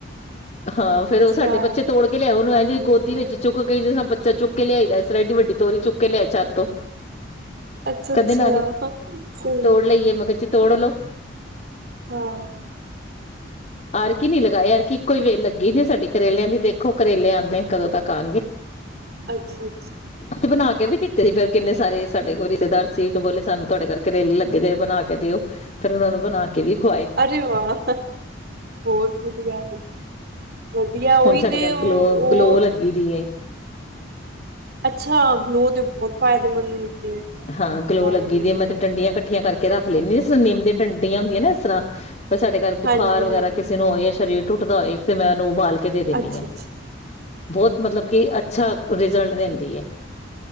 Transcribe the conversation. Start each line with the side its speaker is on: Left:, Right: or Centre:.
Left: ਹਾਂ ਫੇਰ
Right: ਅੱਛਾ
Left: ਉਹ ਸਾਡੇ ਬੱਚੇ ਤੋੜ ਕੇ ਲਿਆਓ ਨੂੰ ਐਵੇ ਜਿਵੇ
Right: ਵਧੀਆ।
Left: ਗੋਦੀ ਵਿੱਚ ਚੁੱਕ ਕੇ ਜੇ ਚਾ ਚੁੱਕ ਲਿਆਈ ਦਾ ਸੀ। ਏਡੀ ਵੱਡੀ ਤੋਰੀ ਚੁੱਕ ਕੇ ਲਿਆ ਛੱਤ ਤੋਂ
Right: ਅੱਛਾ-ਅੱਛਾ
Left: ਕਦੇ ਨਾਨੀ
Right: ਸਹੀ
Left: ਤੋੜ ਲਈਏ ਮੈਂ ਕਿਹਾ ਚਿੱ ਤੋੜਲੋ।
Right: ਹਾਂ।
Left: ਆਰ ਕੇ ਨੀ ਲਗਾਏ ਆਰ ਕੇ ਇੱਕੋ ਹੀ ਵੇਰ ਲੱਗੀ ਦੀ ਸਾਡੀ ਕਰੇਲਿਆਂ ਦੀ ਦੇਖੋ ਕਰੇਲੇ ਆਂਦੇ ਕਦੋਂ ਤੱਕ ਆਣਗੇ।
Right: ਅੱਛਾ,
Left: ਤੇ ਬਣਾ ਕੇ ਵੀ ਦਿੱਤੇ ਸੀ, ਫੇਰ ਕਿੰਨੇ ਸਾਰੇ ਸਾਡੇ ਕੋਲ ਰਿਸ਼ਤੇਦਾਰ ਸੀ ਕਿ ਬੋਲੇ ਸਾਨੂੰ ਤੁਹਾਡੇ ਘਰ ਕਰੇਲੇ ਲੱਗੇ ਜੇ ਬਣਾ ਕੇ ਦਿਓ, ਫਿਰ ਉਹਨਾ ਨੂੰ ਬਣਾ ਕੇ ਵੀ ਖਵਾਏ
Right: ਅਰੇ ਵਾਹ! ਬਹੁਤ ਵਧੀਆ। ਵਧੀਆ ਉਹੀ
Left: ਹੁਣ ਸਾਡੇ
Right: ਤੇ
Left: ਘਰ
Right: ਉਹ
Left: ਗਲੋ -ਗਲੋ ਲੱਗੀ ਦੀ ਏ।
Right: ਅੱਛਾ ਗਲੋ ਦੇ ਬਹੁਤ ਫਾਇਦੇਮੰਦ ਹੈ
Left: ਹਾਂ ਗਲੋ
Right: ਹਾਂ
Left: ਲੱਗੀ ਦੀ ਹੈ ਮੈਂ ਤੇ ਡੰਡੀਆਂ ਇਕੱਠੀਆਂ ਕਰਕੇ ਰੱਖ ਲੈਂਦੀ ਜਿਸ ਤਰ੍ਹਾਂ ਨਿੰਮ ਦੀਆਂ ਟੰਡੀਆਂ ਹੁੰਦੀਆਂ ਨਾ ਇਸ ਤਰ੍ਹਾਂ ਸਾਡੇ ਘਰ
Right: ਹਾਂਜੀ-ਹਾਂਜੀ
Left: ਬੁਖਾਰ ਵਗੈਰਾ ਕਿਸੇ ਨੂੰ ਹੋਏ ਹੈ ਸਰੀਰ ਟੁੱਟਦਾ ਹੋਏ ਤੇ ਮੈਂਨੂੰ ਉਬਾਲ ਕੇ ਦੇ ਦਿੰਦੀ
Right: ਅੱਛਾ-ਅੱਛਾ
Left: ਆ ਬਹੁਤ ਮਤਲਬ ਕਿ ਅੱਛਾ ਰਿਜ਼ਲਟ ਦਿੰਦੀ ਹੈ